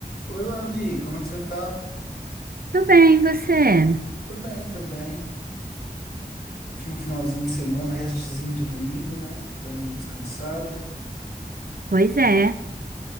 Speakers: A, on the left; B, on the right.
A: Oi, Labi, como é que você tá?
B: Tudo bem, você?
A: Tô bem também. Curtindo um finalzinho de semana, restezinho de domingo, né? Dando uma descansada.
B: Pois é.